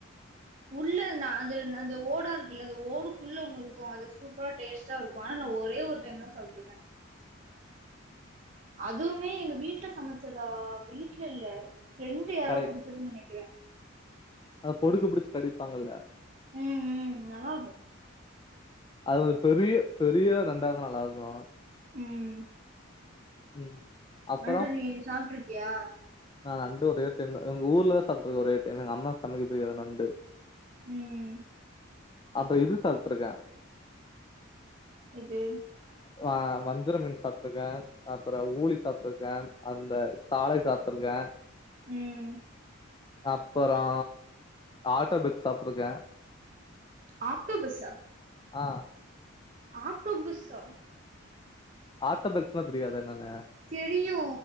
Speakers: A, on the right; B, on the left.
A: உள்ள ந அது அந்த ஓடா இருக்குல்ல அத ஓடுக்குள்ள ஒண்ணு இருக்கு அது சூப்பரா டேஸ்ட்டா இருக்கு ஆனா நா ஒரே ஒர் டைம்தா சாப்ட்ருக்க அதுவுமே எங்க வீட்ல சமச்சதா வீட்ல இல்ல ஃப்ரெண்டு யாரோ
B: கடை
A: குடுத்தத்னு நெனக்கிற
B: அத கொடுக்க புடிச்சி கடிப்பாங்கல்ல
A: ம் ம் நல்லா இருக்கு
B: அது ஒரு பெரிய பெரிய நண்டா இருந்தா நல்லாருக்கு
A: ம்
B: ம் அப்பறோ
A: நண்டு நீ சாப்ட்ருக்கியா
B: நா நண்டு ஒரே ஒர் டைம்தா எங் ஊர்ல சாப்ட்ருக்க ஒரே ஒர் டைமு எங்க அம்மா சமக்கெத் தெரியாது நண்டு
A: ம்
B: அப்ப இது சாப்ட்ருக்க
A: எது
B: வ வஞ்சர மீன் சாப்ட்ருக்க அப்றோ ஊலி சாப் ட்ருக்க அந்த சாளை சாப்ட்ருக்க
A: ம்
B: அப்பறோ ஆட்டோபக்ஸ் சாப்ட்ருக்க
A: ஆக்டோபஸ்ஸா
B: அ
A: ஆக்டோபஸ்ஸா
B: ஆட்டோபக்ஸ்னா தெரியாதா என்னன்னு
A: தெரியு